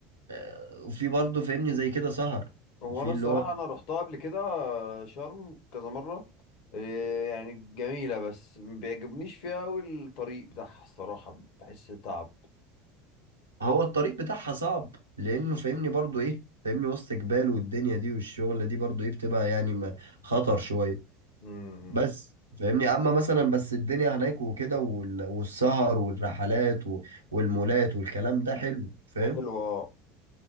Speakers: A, on the right; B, on the left.
A: آه، وفي برضه فاهمني زي كده سهر
B: هو
A: في
B: انا الصراحه
A: اللي هو
B: انا رحتها قبل كده آه، شرم كذا مره إيه يعني جميله بس ما بيعجبنيش فيها قوي الطريق بتاعها الصراحه بحس تعب
A: هو الطريق بتاعها صعب لانه فاهمني برضو ايه فاهمني وسط جبال والدنيا دي والشغلة دي برضو ايه بتبقى يعني ما- خطر شوية
B: امم
A: بس فاهمني اما مثلا بس الدنيا هناك وكده وال- والسهر والرحلات و- والمولات والكلام ده حلو فاهم
B: حلو اه